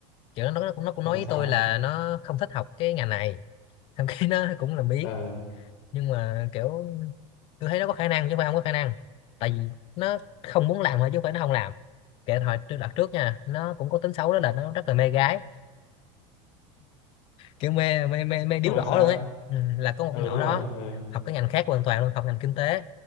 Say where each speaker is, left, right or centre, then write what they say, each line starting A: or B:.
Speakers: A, on the left; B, on the left.
A: kiểu nó nó cũng nó cũng
B: xong
A: nói
B: rồi
A: với
B: sao
A: tôi là nó không thích học cái ngành này <laughs> thậm chí nó cũng làm biếng
B: ờ
A: nhưng mà kiểu tôi thấy nó có khả năng chứ không phải không có khả năng tại vì nó không muốn làm thôi chứ không phải nó không làm kể hồi tôi đặt trước nha nó cũng có tính xấu đó là nó rất là mê gái kiểu mê mê mê mê điếu
B: xong rồi
A: đổ
B: sao
A: luôn ấy ừ, là có một
B: ừ
A: con nhỏ
B: đúng rồi
A: đó
B: đó ờ
A: học cái ngành khác hoàn toàn luôn học ngành kinh tế